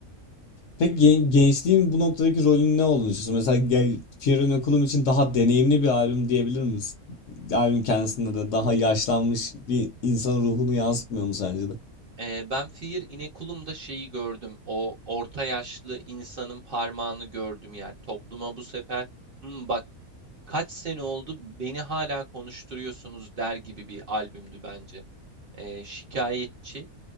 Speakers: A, on the left; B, on the right.
A: Peki gen- gençliğin bu noktadaki rolünün ne olduğunu düşünüyorsun? Mesela gel Fear Inoculum için daha deneyimli bir albüm diyebilir miyiz? Albüm kendisinde de daha yaşlanmış bir insan ruhunu yansıtmıyor mu sence de?
B: Ee, ben Fear İnekulum'da şeyi gördüm. O orta yaşlı insanın parmağını gördüm yani. Topluma bu sefer "Hmm, bak kaç sene oldu beni hala konuşturuyorsunuz der gibi bir albümdü bence. Ee, şikayetçi.